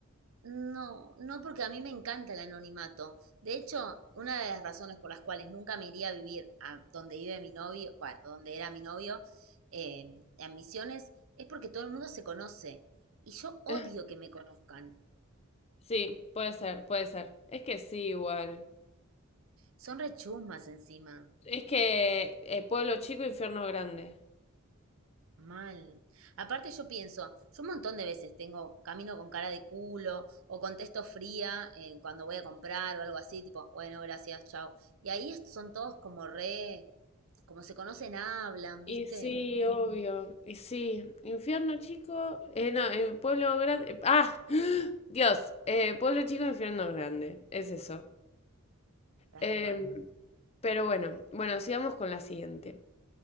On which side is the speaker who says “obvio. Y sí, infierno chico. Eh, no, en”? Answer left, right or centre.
Left